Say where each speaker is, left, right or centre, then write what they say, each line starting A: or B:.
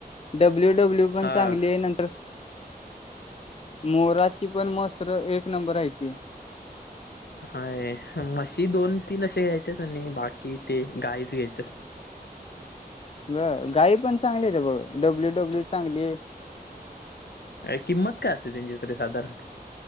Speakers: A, on the left; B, on the left.
A: डब्ल्यू डब्ल्यू पण
B: हा
A: चांगलीये नंतर मोराची पण मसर एक नंबर हायती
B: हाय मशी दोन तीन असे घ्यायचेत आणि बाकी ते गाईच घ्यायच.
A: ब गाई पण चांगल्यात्या बघ डब्ल्यू डब्ल्यू चांगलीये
B: अ किंमत काय असते त्यांची तरी साधारण?